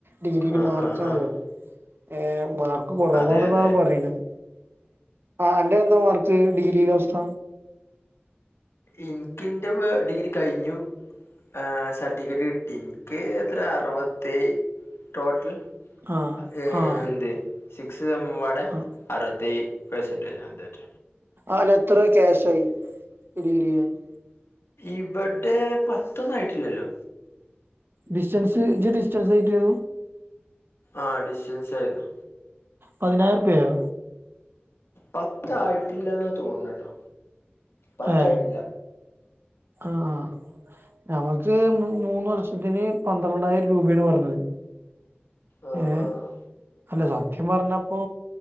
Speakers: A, on the right; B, on the left.
A: ഡിഗ്രിക്ക്
B: ആഹ്
A: മാർക്കാണല്ലോ
B: ആഹ് ആഹ്
A: ഏ മാർ കുറവാണെന്നാണ്
B: അതെ അതെ
A: പറയുന്നത് അന്റെ എന്താ മാർക്ക് ഡിഗ്രിയിലെ അവസ്ഥ
B: ഇന്ക്ക് ഇന്റെ ഡിഗ്രി കഴിഞ്ഞു ആഹ് സർട്ടിഫിക്കറ്റ് കിട്ടി ഇന്ക്ക് എത്രെ അറുപത്തിഏയ് ടോട്ടൽ
A: ആഹ്
B: ഏ
A: ആഹ്
B: തെ സിക്സ്സെമുംപാടെ
A: ആ
B: അറുപത്തിഏഴു പെർസെന്റേജ് അങ്ങനെറ്റ
A: ആഹ് എത്ര ക്യാഷായി ഡി ക്കി രി കാന്
B: ഇവടെ പത്തൊന്നായിട്ടില്ലല്ലോ
A: ഡിസ്റ്റൻസ് ഇജ് ഡിസ്റ്റൻസ് ആയിട്ടാ
B: ആഹ് ഡിസ്റ്റൻസ് ആയിരുന്നു
A: പതിനായിരറുപ്പായോ
B: പത്ത് ആയിട്ടില്ല ന്നാ തോന്നട്ടോ പത്തായിട്ടില്ല
A: ഏ ആഹ് ഞങ്ങക്ക് മൂന്ന് വർഷത്തിന് പന്ത്രണ്ടായിരം രൂപയാണ് പറഞ്ഞത്
B: ആഹ്
A: ഏ
B: ആഹ്
A: അല്ല സത്യം പറഞ്ഞപ്പോ